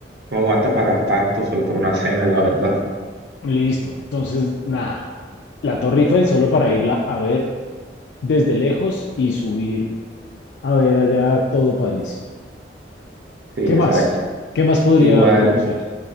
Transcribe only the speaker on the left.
Listo. Entonces, nada, la Torre Eiffel solo para irla a ver desde lejos y subir a ver allá todo París.
¿Qué
más? ¿Qué más podría
conocer?